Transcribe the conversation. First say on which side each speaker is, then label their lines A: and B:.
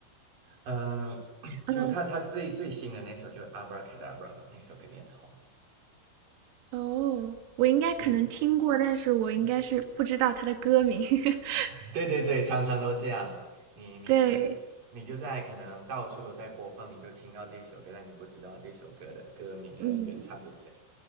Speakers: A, on the right; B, on the right.
A: 嗯，<coughs> 就他他最最新的那首就《Abra
B: 嗯，
A: Cadabra》嘛，那首肯定很红。
B: 哦，我应该可能听过，
A: 对，
B: 但是我应该是不知道他的歌名。<laughs>
A: 对对对，常常都这样。你你你你就在可能到处都在播放，
B: 对，
A: 你就听到这一首歌，但你不知道这首歌的歌名和原唱是谁。
B: 嗯，